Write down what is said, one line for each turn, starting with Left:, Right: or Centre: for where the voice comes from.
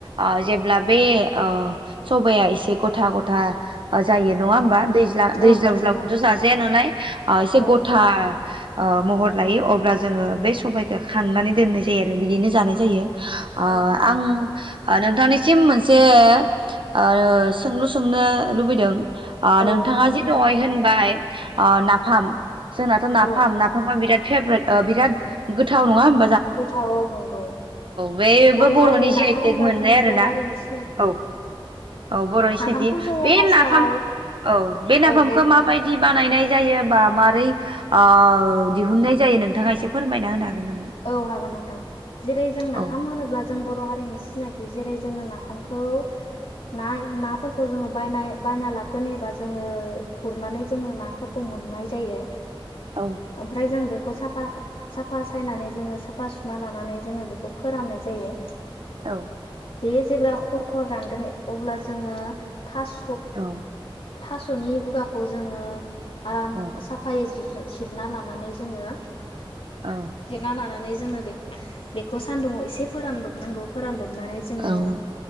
Right: आ जेब्ला बे अ सबाया एसे गथा गथा ओ जायो नङा होमबा दै दैज्लाव
Left: औ नंगौ
Right: ज्लावखौथ'
Left: थारैनो
Right: जाजाया नालाय एसे
Left: औ
Right: गथा ओ महर लायो अब्ला जोङो बे सबाइखो खांनानै दोननाय जायो आरो बिदिनो जानाय जायो। अ
Left: औ थारैनो
Right: आं
Left: नंगौ
Right: ओ नोंथांनि <unintelligible> जे ओ सोंलु सोंनो लुबैदों अ
Left: औ
Right: नोंथाङा
Left: नोंथां
Right: जे
Left: सोंजागोन
Right: दहाय होनबाय अ नाफाम जोंनाथ' नाफाम
Left: औ
Right: नाफामा बिराद फेभ्रेट ओ बिराद गोथाव नङा होम
Left: गोथाव नंगौ
Right: बेबो
Left: बर'
Right: बर'नि
Left: हारिनि
Right: जि
Left: नाफाम
Right: आइ टेक
Left: होनब्ला
Right: मोननाय
Left: जोंनि
Right: आरोना
Left: बर' हारिनि सि
Right: औ औ बर'नि
Left: नाफामखौ
Right: सिनायथि
Left: जोङो
Right: बे
Left: फार्स्टआव
Right: नाफाम औ बे नाफामखौ
Left: औ दे नोंथां
Right: माबायदि
Left: बुं
Right: बानायनाय जायोबा मारै ओ दिहुननाय जायो नोंथाङा एसे फोरमायना होनो हागोन। नामा?
Left: औ हागोन नोंथां जेरै जों
Right: औ
Left: नाफाम होनोब्ला जों बर' बर' हारिनि सिनायथि जेरै जोङो नाफामखौ नाय नाफोरखौ जोङो बायनाय बायना लाबगोन एबा जोङो गुरनानै जोङो नाफोरखौ मोननाय जायो।
Right: औ
Left: ओमफ्राय जों बे ा साफा <unintelligible> फायनानै जोंङो साफा सुना लानानै जोंङो बेखौ फोराननाय जायो।
Right: औ
Left: बे जेब्ला खर खर रानगोन अब्ला जोङो थास'
Right: औ
Left: थास'नि बुगाखौ जोङो आराम
Right: औ
Left: साफायै जि सेबना लानानै जोङो
Right: औ
Left: जिरना लानानै जोङो बे बेखौ सान्दुुङाव एसे फोरानदबनांगौ फोरानदब माने जोङो
Right: औ